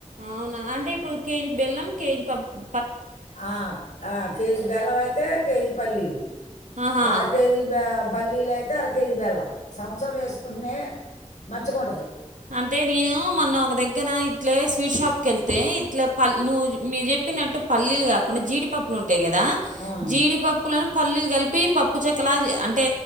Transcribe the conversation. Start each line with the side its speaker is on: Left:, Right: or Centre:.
Right: అవునా అంటే ఇప్పుడు కేజీ బెల్లం కేజీ పప్పు
Left: ఆ ఆ కేజీ బెల్లం అయితే కేజీ పల్లీ
Right: ఆహా
Left: అర కేజీ ప పల్లీలు అయితే అర కేజీ బెల్లం <unintelligible> వేసుకుంటే మంచిగా ఉంటది
Right: అంటే నేను మొన్న ఒక దగ్గర ఇట్లే స్వీట్ షాప్ కి వెళ్ తే ఇట్లా పల్ మీరు చెప్పినట్టు పల్లీలు కాకుండా జీడి పప్పులు ఉం ఉంటాయి, కదా
Left: ఉంటుంది
Right: జీడి పప్పులను పల్లీలు కలిపి పప్పు చెక్కలా అంటే